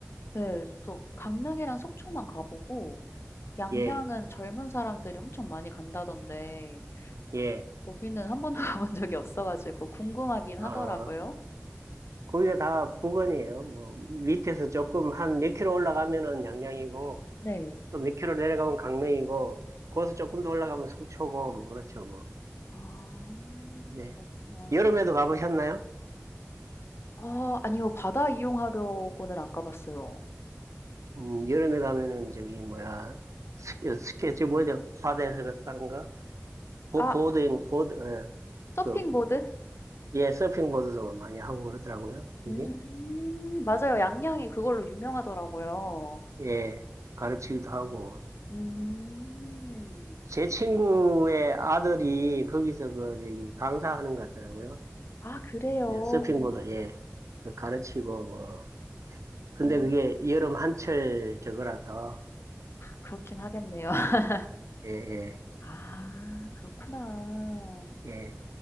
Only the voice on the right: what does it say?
예,
예.
어,
거기가 다 부근이에요 뭐 밑에서 조금 한 몇 킬로 올라가면은 양양이고
또 몇 킬로 내려가면 강릉이고 거기서
조금 더 올라가면 속초고 뭐 그렇죠 뭐.
네.
여름에도 가보셨나요?
음, 여름에 가면은 저기 뭐야
스케 스케치 뭐죠? 바다에서 갔다는가? 보
보드ing
보드 예.
그 예, 서핑보드도 많이 하고 그러더라고요. 거기.
예. 가르치기도 하고
제 친구의 아들이 거기서 그 저기 강사하는 것 같더라고요.
예, 서핑보드, 예. 그 가르치고, 뭐. 근데
그게 여름 한철 저거라서,
예, 예,
예.